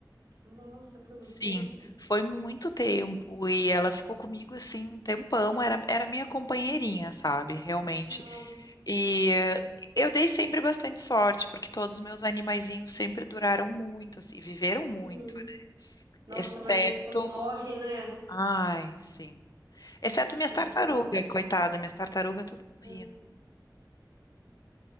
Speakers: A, on the right; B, on the left.
A: Nossa, foi muito
B: Sim,
A: tempo.
B: foi muito tempo e ela ficou comigo assim um tempão, era, era minha companheirinha, sabe, realmente.
A: Nossa.
B: E eh, eu dei sempre bastante sorte, porque todos os meus animaizinhos sempre duraram muito, assim, viveram muito,
A: Uhum. Nossa,
B: exceto,
A: mas quando morre, né?
B: ai, sim, exceto minhas
A: Coisa
B: tartarugas,
A: pior, não.
B: coitada, minhas tartarugas tudo morria.
A: Ah.